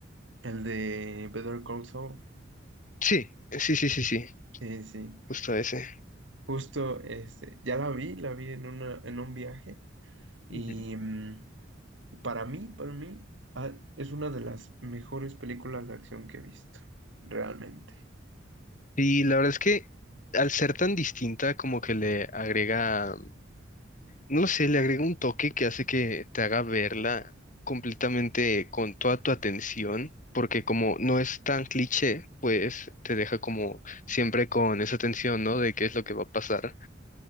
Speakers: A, on the right (about 75°); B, on the left (about 40°).
A: El de Better Call Saul.
B: Sí, sí, sí, sí, sí,
A: Sí, sí.
B: justo ese.
A: Justo, este, ya la vi, la vi en una, en un viaje y
B: Ujú.
A: mm, para mí, para mí, ah, es una de las mejores películas de acción que he visto, realmente.
B: Y la verdad es que al ser tan distinta, como que le agrega, no lo sé, le agrega un toque que hace que te haga verla completamente con toda tu atención, porque como no es tan cliché, pues te deja como siempre con esa tensión, ¿no? De qué es lo que va a pasar.